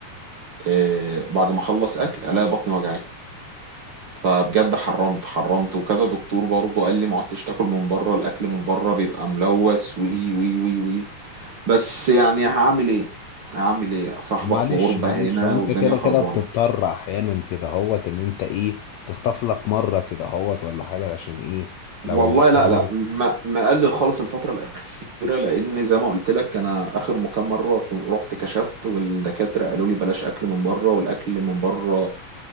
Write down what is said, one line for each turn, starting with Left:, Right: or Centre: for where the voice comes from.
Right: آه، بعد ما اخلص اكل الاقي بطني وجعت فبجد حرمت حرمت وكذا دكتور برضه قال لي ما عدتش تاكل من بره الاكل من بره بيبقى ملوث وي وي وي وي بس يعني هعمل ايه هعمل ايه صاحبك
Left: معلش
Right: في غربة
Left: معلش
Right: هنا
Left: هو انت
Right: والدنيا
Left: كده
Right: خربانة
Left: كده بتضطر احيانا كده هوت ان انت ايه تخطف لك مره كده هوت ولا حاجه عشان ايه لو
Right: والله
Left: مثلا
Right: لا لا ما مقلل خالص الفترة الأخيرة لأن زي ما قلت لك أنا آخر مو كام مرة كنت- رحت كشفت والدكاترة قالوا لي بلاش أكل من بره والأكل من بره